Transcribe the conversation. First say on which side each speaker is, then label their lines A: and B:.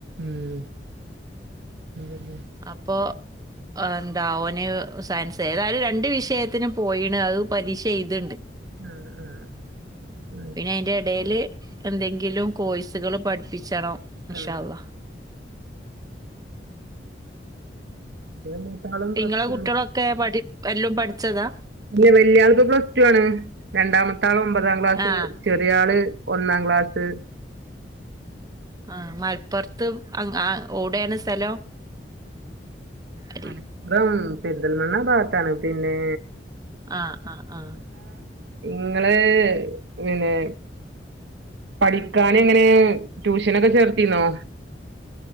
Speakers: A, on the right; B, on the right.
A: ഉം ഉം
B: അപ്പോ എന്താ ഓന് സയൻസ് ഏതായാലും രണ്ട് വിഷയത്തിന് പോയിന് അത് പരീക്ഷ എഴുത്ണ്ട്
A: ആഹ് ആഹ് ആഹ് ശരി
B: പിന്നെ അയിന്റെ ഇടയില്. എന്തെങ്കിലും കോഴ്സുകൾ പഠിപ്പിച്ചണം. ഇൻഷാ
A: ആഹ്
B: അള്ളാഹ്.
A: എന്റെ മൂത്താളും പ്ലസ്
B: നിങ്ങളെ
A: ടു
B: കുട്ടികളൊക്കെ
A: ആണ്
B: പഠി പ്പ എല്ലും പഠിച്ചതാ
A: ഇല്ല വല്യ ആളു ഇപ്പൊ പ്ലസ് ടു ആണ് രണ്ടാമത്തെ ആള് ഒമ്പതാം ക്ലാസ്
B: ആഹ്
A: ചെറിയ ആള് ഒന്നാം ക്ലാസ്
B: ആഹ് മലപ്പുറത്ത് ഓടെയാണ് സ്ഥലം? അരി
A: ആണ് ദം പെരിന്തൽമണ്ണ ആ ഭാഗത്താണ് പിന്നെ
B: ആ ആ ആ
A: നിങ്ങള് പിന്നെ പഠിക്കാൻ എങ്ങനെ ട്യൂഷനൊക്കെ ചേർത്തിന്നോ?